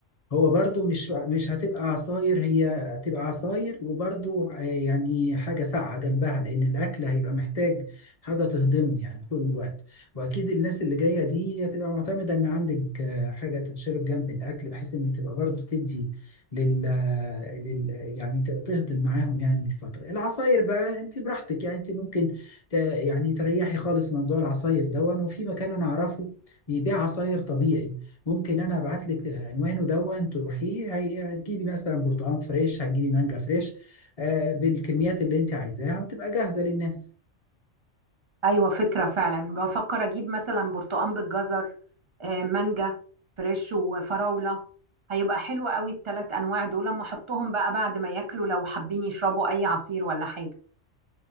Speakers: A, on the left (about 35°); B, on the right (about 30°).
A: هو برضو مش مش هتبقى عصاير هي هتبقى عصاير وبرضو آه، يعني حاجة ساقعة جنبها لأن الأكل هيبقى محتاج حاجة تهضمه يعني طول الوقت وأكيد الناس اللي جاية دي هتبقى معتمدة إن عندك آه، حاجة تتشرب جنب الأكل بحيث إن تبقى برضو تدي لل, آه، لل... آه، يعني ت- تهضم معاهم يعني الفترة العصاير بقى أنت براحتك يعني أنت ممكن ت... يعني تريحي خالص موضوع العصاير دون وفي مكان أنا أعرفه بيبيع عصاير طبيعي ممكن انا ابعت لك عنوانه دون تروحيه هي- هتجيبي مثلا برتقال فريش هتجيبي مانجا فريش آه، بالكميات اللي انت عايزاها وتبقى جاهزه للناس
B: ايوه فكرة فعلا بفكر اجيب مثلا برتقان بالجزر آه، مانجا فريش وفراولة هيبقى حلو قوي الثلاث انواع دول لما احطهم بقى بعد ما ياكلوا لو حابين يشربوا اي عصير ولا حاجة